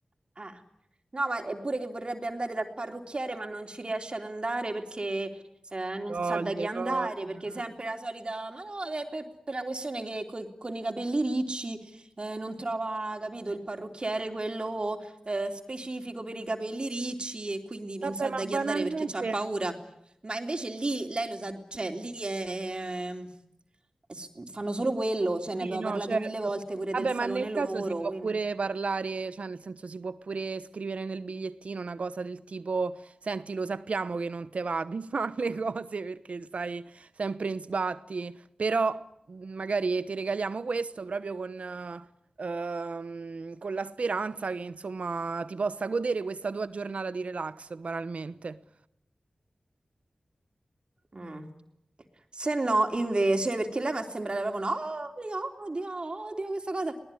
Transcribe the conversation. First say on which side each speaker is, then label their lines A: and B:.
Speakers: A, on the right (about 50°); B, on the right (about 75°).
A: Eh. No, ma è pure che vorrebbe andare dal parrucchiere, ma non ci riesce ad andare perché eh, non
B: toglie
A: sa da chi andare,
B: cose.
A: perché
B: eh.
A: è sempre la solita... Ma no, è per, per la questione che co- con i capelli ricci eh, non trova, capito, il parrucchiere quello eh, specifico per i capelli ricci e quindi non
B: Vabbè,
A: sa
B: ma
A: da
B: banalmente...
A: chi andare perché ha paura ma invece lì lei lo sa, cioè lì è, è s- fanno solo quello, cioè ne
B: Sì,
A: abbiamo
B: no,
A: parlato
B: certo.
A: mille volte pure
B: Vabbè,
A: del salone
B: ma nel
A: loro,
B: caso si può
A: quindi
B: pure parlare, cioè nel senso si può pure scrivere nel bigliettino una cosa del tipo, senti, lo sappiamo che non te va di <laughs> fare le cose perché stai sempre in sbatti, però mh, magari ti regaliamo questo proprio con, eh, ehm, con la speranza che insomma ti possa godere questa tua giornata di relax, banalmente.
A: Mm. Se no, invece, perché lei mi è sembrata proprio no, li odio, odio questa cosa.